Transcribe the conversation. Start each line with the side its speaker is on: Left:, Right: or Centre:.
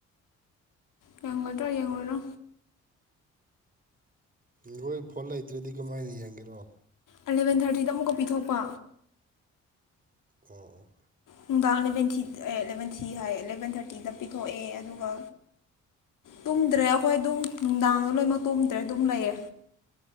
Left: ꯌꯦꯡꯒꯗ꯭ꯔꯥ ꯌꯦꯡꯉꯣꯏꯔꯥ
Right: ꯅꯣꯏ ꯐꯣꯟ ꯂꯩꯇ꯭ꯔꯗꯤ ꯀꯃꯥꯏꯅ ꯌꯦꯡꯒꯦꯔꯣ
Left: ꯑꯦꯂꯕꯦꯟ ꯊꯥꯔꯇꯤꯗ ꯑꯃꯨꯛꯀꯥ ꯄꯤꯊꯣꯛꯄ
Right: ꯑꯣ ꯑꯣ
Left: ꯅꯨꯡꯗꯥꯡ ꯑꯦꯂꯚꯦꯟ ꯊꯤ ꯑꯦ ꯑꯦꯂꯚꯦꯟ ꯊꯤ ꯍꯥꯏꯌꯦ ꯑꯦꯂꯚꯦꯟ ꯊꯥꯔꯇꯤꯗ ꯄꯤꯊꯣꯛꯑꯦ ꯑꯗꯨꯒ ꯇꯨꯡꯗ꯭ꯔꯦ ꯑꯩꯈꯣꯏ ꯑꯗꯨꯝ ꯅꯨꯡꯗꯥꯡꯗ ꯂꯣꯏꯃꯛ ꯇꯨꯝꯗ꯭ꯔꯦ ꯑꯗꯨꯝ ꯂꯩꯌꯦ